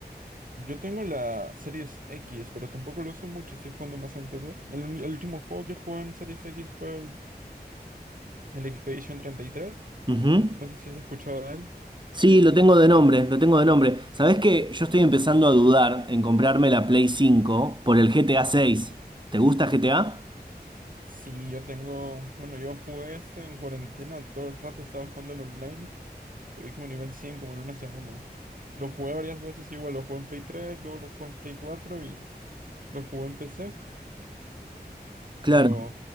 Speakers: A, on the right (about 55°); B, on the right (about 25°).
A: Yo tengo la Series X, pero tampoco lo uso mucho, estoy jugando más en PC. El, uni- el último juego que jugué en Series X fue el, el Expedition 33.
B: Ujú.
A: No sé si has escuchado de él.
B: Sí, lo tengo de nombre, lo tengo de nombre. ¿Sabés que yo estoy empezando a dudar en comprarme la Play 5 por el GTA 6? ¿Te gusta GTA?
A: Sí, yo tengo, bueno, yo jugué este en cuarentena, todo el rato estaba jugando el online. Subí como nivel 100 como en una semana. Lo jugué varias veces, igual lo jugué en Play 3, luego lo jugué en Play 4 y lo jugué en PC.
B: Claro.
A: Pero